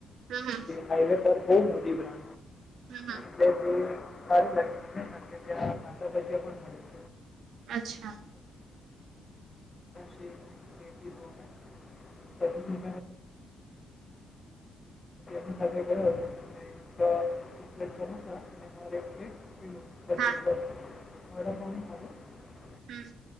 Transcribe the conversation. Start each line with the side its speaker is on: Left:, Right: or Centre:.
Right: હમ હમ
Left: હાઈવે પર બહુ મોટી ભ્ર
Right: હમ હા
Left: એટલે સારું લાગેને કારણ કે ત્યાં સાંધા ભજીયા પણ લોકો
Right: હમ અચ્છા
Left: છે <unintelligible> પચીસ રૂપિયા ન બના છે બેઓ થજ તો ર અને પ્લેટ પ
Right: હા
Left: બ ઓર્ડર થું
Right: હમ